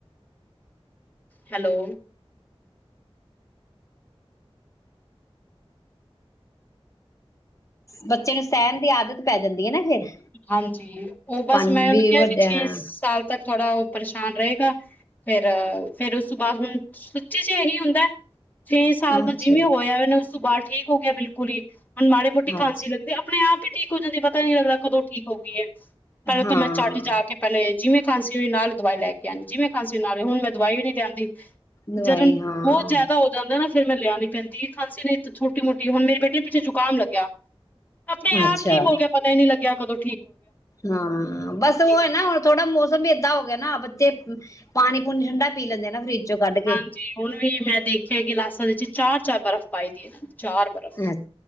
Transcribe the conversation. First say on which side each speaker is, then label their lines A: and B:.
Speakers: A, on the left (about 15°); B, on the left (about 30°).
A: ਹੈਲੋ
B: ਬੱਚੇ ਨੂੰ ਸਹਿਣ ਦੀ ਆਦਤ ਪੈ ਜਾਂਦੀ ਹੈ ਨਾ ਫਿਰ
A: ਹਾਂਜੀ ਉਹ ਬਸ
B: ਪੰਜ
A: ਮੈਂ ਉਹਨੂੰ
B: ਵੀ
A: ਕਿਹਾ
B: ਵੱਡੇ
A: ਕਿ ਛੇ
B: ਹਾਂ
A: ਸਾਲ ਤੱਕ ਥੋੜਾ ਉਹ ਪਰੇਸ਼ਾਨ ਰਹੇਗਾ ਫੇਰ ਫੇਰ ਉਸ ਤੋਂ ਬਾਅਦ ਹੁਣ ਚ ਇਹੀ ਹੁੰਦਾ ਛੇ ਸਾਲ ਤੋਂ
B: ਅੱਛਾ
A: ਜਿਵੇਂ ਹੋਇਆ ਉਹਨੇ ਸੁਭਾਅ ਠੀਕ ਹੋ ਗਿਆ ਬਿਲਕੁਲ ਹੀ ਹੁਣ ਮਾੜੀ ਮੋਟੀ
B: ਅੱਛਾ
A: ਖਾਂਸੀ ਲਗਦੀ ਆਪਣੇ ਆਪ ਹੀ ਠੀਕ ਹੋ ਜਾਂਦੀ ਪਤਾ ਨੀ ਲੱਗਦਾ ਕਦੋਂ ਹੋ ਗਈ ਹੈ ਪਹਿਲਾਂ
B: ਹਾਂ
A: ਤਾਂ ਮੈਂ ਝੱਟ ਜਾ ਕੇ ਪਹਿਲੇ ਜਿਵੇਂ ਖਾਂਸੀ ਹੋ ਨਾਲ ਹੀ ਦਵਾਈ ਲੈ ਕੇ ਆਣੀ ਜਿਵੇਂ ਖਾਂਸੀ ਹੋਈ ਨਾਲ ਹੀ ਹੁਣ ਮੈਂ ਦਵਾਈ ਵੀ ਨਹੀਂ ਲਿਆਂਂਦੀ।
B: ਦਵਾਈ
A: ਜਦਨ
B: ਹਾਂ
A: ਬਹੁਤ ਜਿਆਦਾ ਹੋ ਜਾਂਦਾ ਨਾ ਫਿਰ ਮੈਂ ਲਿਆ ਆਨੀ। ਪੈਂਦੀ ਖਾਂਸੀ ਨੇ ਛੋਟੀ ਮੋਟੀ ਹੁਣ ਮੇਰੀ ਬੇਟੀ ਪਿੱਛੇ ਜੁਕਾਮ ਲੱਗਿਆ ਆਪਣੇ
B: ਅੱਛਾ
A: ਆਪ ਠੀਕ ਹੋ ਗਿਆ ਪਤਾ ਨੀ ਲੱਗਾ। ਜਾ ਕਦੋ
B: ਹਾਂ ਬਸ ਉਹ ਹੈ
A: ਹੋ
B: ਨਾ
A: ਗਿਆ।
B: ਹੁਣ ਥੋੜਾ ਮੌਸਮ ਵੀ ਏਦਾਂ ਹੋ ਗਿਆ ਨਾ ਬੱਚੇ ਪਾਣੀ ਪੂਣੀ ਠੰਢਾ ਪੀ ਲੈਂਦੇ ਐ ਨਾ ਫਰਿਜ ਚੋਂ ਕੱਢ ਕੇ
A: ਹਾਂਜੀ ਹੁਣ ਵੀ ਮੈਂ ਦੇਖਿਆ ਕਿ ਨਾਸਾਂ ਦੇ ਵਿੱਚ ਚਾਰ ਚਾਰ ਬਰਫ਼ ਪਾਈ ਦੀ ਚਾਰ ਬਰਫ਼।
B: ਅੱ